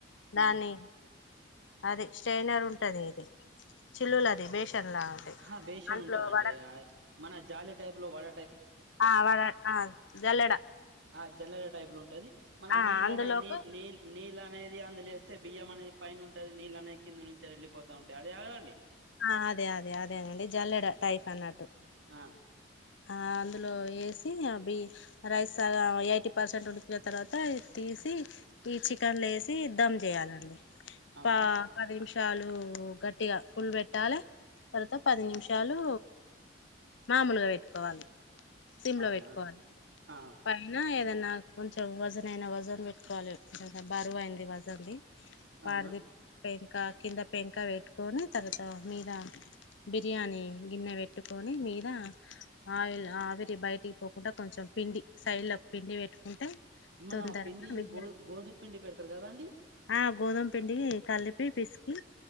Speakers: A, on the left; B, on the right.
A: దాని
B: ఆ
A: అది స్ట్రైనర్ ఉంటది ఇది చిల్లులు అది బేషన్ లాంటిది
B: ఆ బేషన్
A: అందులో
B: ఉంటదండి
A: వడ
B: మన జాలి టైప్ లో వాడ
A: ఆ వాడ జల్లెడ
B: ఆ జల్లడ టైప్ ల ఉంటది మన
A: ఆ
B: నీల్
A: అందులోకి
B: అనే నీ నీల్ నీళనే ఇది అందులేేస్తే బియ్యం అనేది పైన ఉంటది నీళ్ళ అనేయి కింది నుంచి ఎళ్ళిపోత ఉంటయి అది కాదండి
A: ఆ అదే అదే అదే నండి జల్లెడ టైఫ్ అన్నట్టు
B: ఆ
A: ఆ అందులో ఎసి అ బి రైస్ సగం ఎయిటీ పర్సెంట్ ఉడికిన తర్వాత తీసి ఈ చికెన్లో ఎసి దమ్ చేయాలండి
B: అవునా
A: పా పది నిమిష టాలు గట్టిగా ఫుల్ వెట్ పెట్టాలే తర్వాత పది నిమిషాలు మామూలుగా పెట్టుకోవాలి సిమ్
B: అవునా
A: లో పెట్టుకోవాలి
B: అండి ఆ
A: పైన ఏదన్నా కొంచం వజన్ అయినా వజన్ వేట్టుకోవాలి ఇంతంతా బరువైయింది వజన్ది పడుది
B: అవునా
A: పెంకా కింద పెంకా వేట్ కొని తర్వాత మీద బిర్యానీ గిన్నె వేట్టుకొని మీద ఆవిరి ఆవిరి బయటి కొకుండా కొంచం పిండి సైడ్ లకు పిండి పెట్టుకుంట
B: మన
A: తొందర
B: పిండి ఇది
A: మీ గ్యాప్
B: గో గోధుమ పిండి పెడతారు కదండి
A: ఆ గోధుమ పిండి కలి పి పిసికి